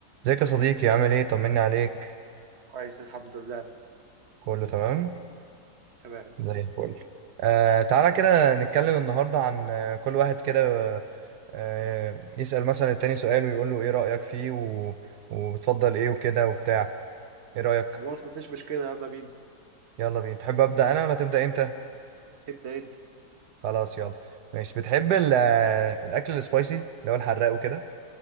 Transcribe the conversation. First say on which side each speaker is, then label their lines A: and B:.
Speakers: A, on the right (about 75°); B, on the right (about 45°).
A: ازيك يا صديقي عامل ايه طمني عليك
B: كويس الحمد لله
A: كله تمام
B: تمام
A: زي الفل آه تعالى كده نتكلم النهارده عن آه، كل واحد كده آه يسأل مثلا التاني سؤال ويقول له ايه رأيك فيه و... وبتفضل ايه وكده وبتاع ايه رأيك
B: خلاص مفيش مشكلة يلا بينا
A: يلا بينا تحب أبدأ انا ولا تبدأ انت
B: ابدأ انت
A: خلاص يلا ماشي بتحب ال- آه، الاكل السبايسي اللي هو الحراق وكده